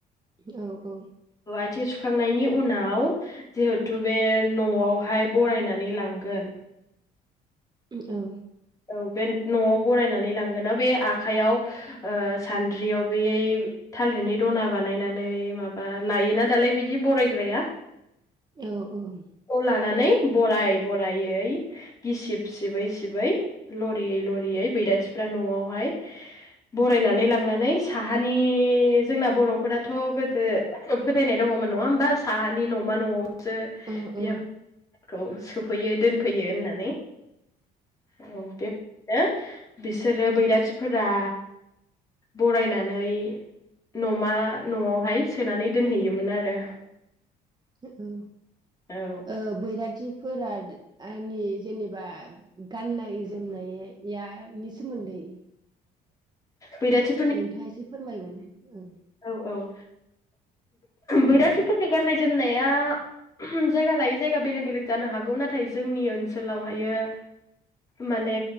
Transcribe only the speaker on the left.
औ आथिं सुखांनायनि उनाव आव जिहेथु बे न'आवहाय बरायनानै लांगोन
औ बे न'आव बरायनानै लांगोन ना बे आखायाव ओ सान्द्रियाव बे थालिरनि दना बानायनानै माबा लायोना दालाय बिदि बरायग्राया
खौ लानानै बराय बरायै गिसिब सिबै सिबै लरियै लरियै बैराथिफ्रा न'आवहाय बरायनानै लांनानै साहानि जोंना बर'फोराथ' गोदो फोथायनाय दङमोन नङा होमबा साहानि न'मा न'आवसो
ओंाम खौ सोफैयो दोनफैयो होननानै औ बे ओ बिसोरो बैराथिफोरा बरायनानै न'मा न'आवहाय सोनानै दोनहैयोमोन आरो
औ
बैराथि
औ औ बैराथिफोरनि गाननाय जोमनाया उम जायगा लायै जायगा बेलेग बेलेग जानो हागौ नाथाय जोंनि ओनसोलावहायो माने